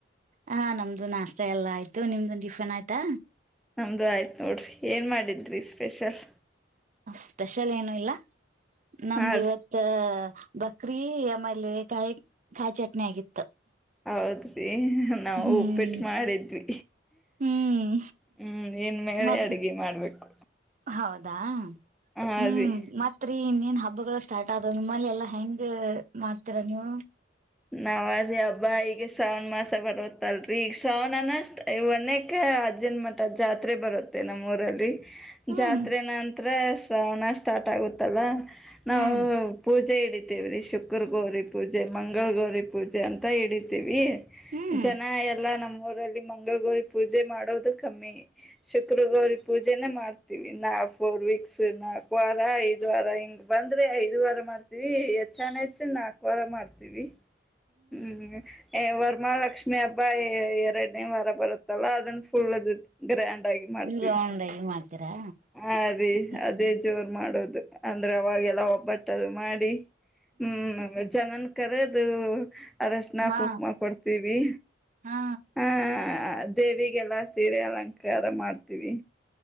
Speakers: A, on the right; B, in the centre.
A: ಹಾ ನಮ್ದು ನಾಷ್ಟ ಎಲ್ಲಾ ಆಯ್ತು ನಿಮ್ದುನ್ ಟಿಫನ್ ಆಯ್ತಾ
B: ನಮ್ದು ಆಯ್ತ್ ನೋಡ್ರಿ ಏನ್ ಮಾಡಿದ್ರಿ ಸ್ಪೆಷಲ್
A: ಸ್ಪೆಷಲ್ ಏನು ಇಲ್ಲ ನಮ್ದು
B: ಹಾ ರೀ
A: ಇವತ್ತ ಬಕ್ರಿ ಆಮೇಲೆ ಕಾಯಿ ಕಾಯಿ ಚಟ್ನಿ ಆಗಿತ್ತು
B: ಹೌದ್ರಿ ನಾವು
A: ಹ್ಮ್
B: ಉಪ್ಪಿಟ್ಟ ಮಾಡಿದ್ವಿ
A: ಹ್ಮ್
B: ಹ್ಮ್ ಇನ್ ಮೇಲೆ
A: ಮತ್
B: ಅಡ್ಗೆ ಮಾಡ್ಬೇಕು
A: ಹೌದಾ
B: ಹಾ
A: ಹ್ಮ್
B: ರೀ
A: ಮತ್ರಿ ಇನ್ನೇನ್ ಹಬ್ಬಗಳು ಸ್ಟಾರ್ಟ್ ಆದವು ನಿಮ್ಮಲ್ಲಿ ಎಲ್ಲಾ ಹೆಂಗ ಮಾಡ್ತೀರಾ ನೀವು
B: ನಾವ್ ಅ ರೀ ಅಬ್ಬಾ ಈಗ ಸ ಶ್ರಾವಣ ಮಾಸ ಬರೋತ್ತಲ್ರರಿ ಈಗ ಶ್ರಾವಣನಷ್ಟ ಒನಕ್ಕೆ ಅರ್ಜೆಂಟ್ ಮಟ್ಟ ಜಾತ್ರೆ ಬರುತ್ತೆ ನಮ್ಮ ಉರಲ್ಲಿ
A: ಹ್ಮ್
B: ಜಾತ್ರೆ ನಂತ ರ ಶ್ರವಣ ಸ್ಟಾರ್ಟ್ ಆಗುತ್ತಲ್ಲಾ. ನಾವು
A: ಹ್ಮ್
B: ಪೂಜೆ ದೆವ್ರೀ ಶುಕ್ರ ಗೌರಿ ಪೂಜೆ ಮಾ ಗೌರಿ ಪೂಜೆ ಅಂತ ಇಡಿತೀವಿ
A: ಹ್ಮ್
B: ಜನ ಎಲ್ಲಾ ನಮ್ ೂರಲ್ಲಿ ಮಂಗಳ ಗೌರಿ ಪೂಜೆ ಮಾಡೋದು ಕಮ್ಮಿ ಶುಕ್ರ ಗೌರಿ ಪೂಜೆನೇ ಮಾಡ್ತೀವಿ ನಾ ಫೋರ್ ವೀಕ್ಸ್ ನಾಕ ವಾರ ಐದ ವಾರ ಹಿಂಗ್ ಬಂದ್ರೆ ಐದ ವಾರ ಮಾಡ್ತೀವಿ ಹೆಚ್ಚಾನ ಹೆಚ್ಚ ನಾಕ ವಾರ ಮಾಡ್ತವಿ ತಿವಿ ಹ್ಮ್ ಎ ವರ್ಮಾ ಲಕ್ಷ್ಮಿ ಹಬ್ಬ ಎರಡನೇ ವಾರ ಬರುತ್ತಲ್ಲ ಅದನ್ ಫುಲ್ ಅದು ಗ್ರ್ಯಾಂಡ್ ಮಾಡ್ತೀವಿ
A: ನೀವ್ ರೌಂಡ್ ಆಗಿ ಮಾಡ್ತೀರಾ
B: ಆ ರೀ
A: ಹ್ಮ್
B: ಅದೇ ಜೋರ್ ಮಾಡೋದು ಅಂದ್ರೆ ಅವಾಗೆಲ್ಲ ಒಬ್ಬಟ್ಟದು ಮಾಡಿ ಹ್ಮ್ ವಜ್ಜಾನನ್ ಕರೆದು ಅರಶನಾ
A: ಹಾ
B: ಕುಕ್ಮ ಕೊಡ್ತೀವಿ
A: ಹಾ
B: ಹಾ ಆ ದೇವಿಗೆಲ್ಲ್ಲಾ ಸೀರೆ ಅಲಂಕಾರ ಮಾಡ್ತೀವಿ